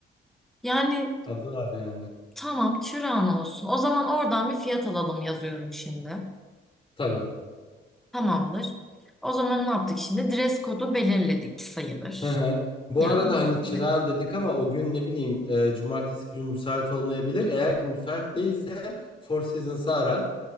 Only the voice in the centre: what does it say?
Yani
tamam çırağan olsun. O zaman oradan bir fiyat alalım yazıyorum şimdi.
Tamamdır. O zaman ne yaptık şimdi? Dress kodu belirledik sayılır.
Yani
evet.